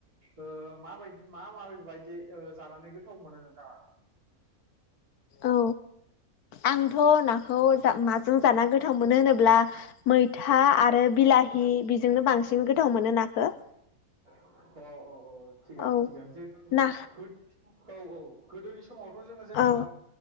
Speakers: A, on the right; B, on the left.
A: ओ माबायदि मा मा बायदि जानानै गोथाव मोनो नोंथाङा
B: औ आंथ' नाखौ माजों जाना गोथाव मोनो होनोब्ला मैथा आरो बिलाहि बेजोंनो बांसिन गोथाव मोनो नाखौ
A: अह अह अह थिगानो
B: औ
A: थिगानो
B: ना
A: गोद औ औ गोदोनि समावथ' जोङो जेनेबा
B: औ